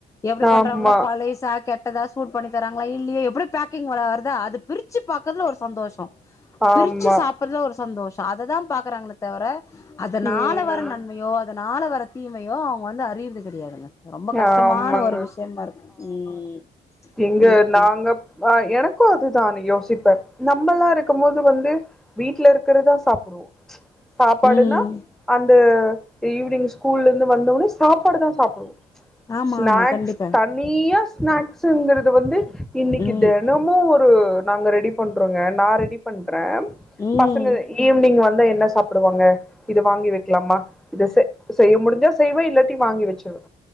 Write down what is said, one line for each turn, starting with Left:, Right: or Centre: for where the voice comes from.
Left: எப்டி
Centre: ஆமா
Left: பண்றாங்ளோ பழைய சா கெட் எதாது சூட் பண்ணி தராங்ளா இல்லியே எப்டி பேக்கிங் வ வருத அது பிரிச்சி பாக்கறதுல ஒரு சந்தோஷோ
Centre: ஆமா
Left: பிரிச்சி சாப்பறதுல ஒரு சந்தோஷோ அத தா பாக்குறாங்களே தவர அதனால
Centre: ம்
Left: வர நன்மையோ அத நாள வர தீமையோ அவங்க வந்து அறியறது கிடையாதுங்க ரொம்ப கஷ்டமான
Centre: ஆமாங்க
Left: ஒரு விஷயமா இருக்கு
Centre: ங்க
Left: ம்
Centre: நாங்க
Left: ம்
Centre: <unintelligible> எனக்கும் அதுதான் யோசிப்பேன் நம்மலா இருக்கமோது வந்து வீட்ல இருக்கறதா சாப் சாப்பாடுன்னா
Left: ம் ம்
Centre: அந்த ஈவினிங் ஸ்கூல்லந்து வந்தவுனே சாப்பாடு தா சாப்டுவோ
Left: ஆமா
Centre: ஸ்நாக்ஸ்
Left: ஆமா கண்டிப்பா
Centre: தனியா ஸ்நாக்ஸ்ங்கறது வந்து இன்னிக்கி
Left: ம்
Centre: தெனமு ஒர் நாங்க ரெடி பண்றோங்க நா ரெடி பண் ரென்
Left: ம்
Centre: பசங்க ஈவினிங் வந் என்ன சாப்டுவாங்க இது வாங்கி வைக்கலாம இத செ செய்ய முடிஞ்சா ஸ் செய்வே இல்லாட்டி வாங்கி வச்சிருவே